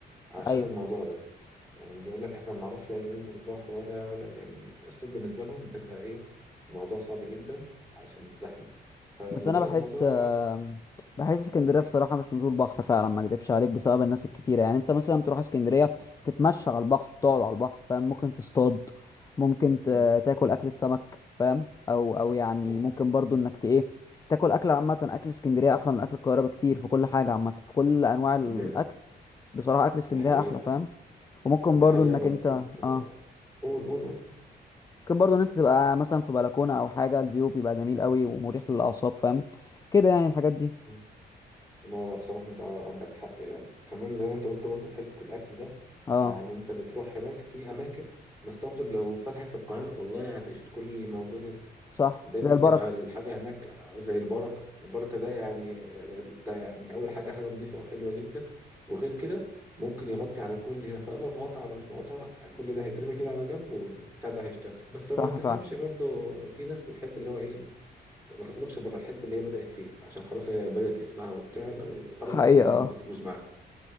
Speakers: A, on the right; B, on the left.
A: عشان
B: ايوه
A: الموضوع ده يعني بيقول لك إحنا ما بنعرفش ولا ننزل البحر ولا ولا يعني الصيف بالنسبة لهم بتبقى إيه الموضوع صعب جدا عشان الزحمة فما
B: بس انا
A: دام
B: بحس
A: الموضوع
B: آم، بحس اسكندريه
A: قول
B: بصراحه مش نزول بحر فعلا ما اكدبش عليك بسبب الناس الكتيره يعني انت مثلا تروح اسكندريه تتمشى على البحر تقعد على البحر فاهم ممكن تصطاد ممكن ت-
A: آه،
B: تاكل اكله سمك فاهم او او يعني
A: آه،
B: ممكن برضو انك ت ايه تاكل اكل عامه اكل اسكندريه احلى من اكل القاهره بكتير في كل حاجه عامه في كل انواع الاكل
A: دي
B: بصراحه اكل اسكندريه
A: دي حقيقة
B: احلى فاهم وممكن
A: دي
B: برضو
A: حقيقة
B: انك
A: أنا
B: انت
A: كنت آه،
B: اه
A: قول قول
B: ممكن برضو ان انت تبقى مثلا في بلكونه او حاجه الفيو بيبقى جميل قوي ومريح للاعصاب فاهم كده يعني الحاجات دي
A: قول لا لا بصراحة أنت عندك حق يعني كمان زي ما أنت قلت برضه في حتة الأكل ده
B: اه
A: يعني أنت بتروح هناك في أماكن مستغرب لو فتحت في القاهرة والله هتقفل كل اللي موجود
B: صح
A: هنا دايما
B: زي البركة
A: بتبقى الحاجة هناك زي البركة البركة ده يعني آه، أنت يعني أول حاجة حاجة نظيفة وحلوة جدا وغير كده ممكن يغطي على كل هي سواء بقى مقاطعة ولا مش مقاطعة كل ده هيترمي كده على جنب والبتاع ده هيشتغل بس ما
B: صح
A: تفهمش
B: فعلا
A: برضه في ناس بتحب اللي هو إيه ما تخرجش بره الحته اللي هي بدات فيها عشان خلاص هي بدات اسمها وبتاع لو خرجت
B: حقيقة
A: الدنيا
B: اه
A: ممكن تبوظ معاها